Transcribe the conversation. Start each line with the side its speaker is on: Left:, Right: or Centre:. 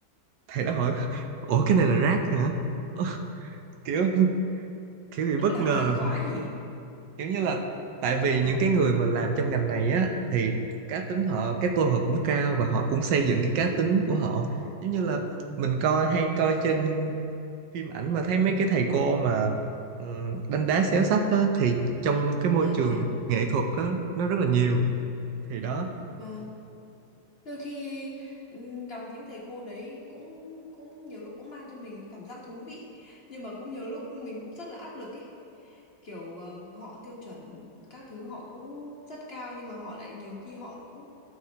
Right: thầy đó hỏi ủa cái này là rác hả <laughs> kiểu kiểu bị bất
Left: Thẳng
Right: ngờ
Left: thắn quá nhỉ?
Right: kiểu như là tại vì những cái người mà làm trong ngành này á thì cá tính họ cái tôi họ cũng cao và họ cũng xây dựng cái cá tính của họ giống như là mình coi hay coi trên phim ảnh mà thấy mấy cái thầy cô mà ừm, đánh đá xéo sắc á thì trong cái
Left: Vâng,
Right: môi trường nghệ thuật á nó rất là nhiều thì đó
Left: vâng. Đôi khi ừ, gặp những thầy cô đấy cũng cũng nhiều lúc cũng mang cho mình cái cảm giác thú vị, nhưng mà cũng nhiều lúc mình cũng rất là áp lực ấy. Kiểu ờ, họ tiêu chuẩn các thứ họ cũng rất cao nhưng mà họ lại nhiều khi họ cũng